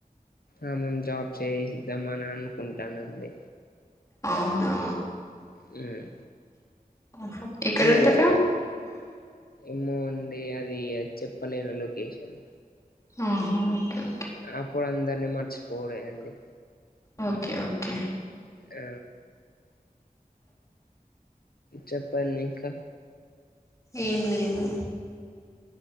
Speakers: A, on the left; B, on the left.
A: ఆ మేం జాబ్ చేయిద్దామని అనుకుంటానండి
B: అవునా
A: హ్మ్.
B: ఓహో. ఎక్కడ
A: కానీ
B: ఉంటారా
A: ఈడయల ఇమో న్ డి అది చెప్పలేను లొకేషన్
B: ఆహా ఓకేే
A: ఆప్పుడు అందరని మర్చిపోవుడే అండి
B: ఓకే ఓకే
A: ఆ చెప్పండి ఇంకా
B: ఏం లేదు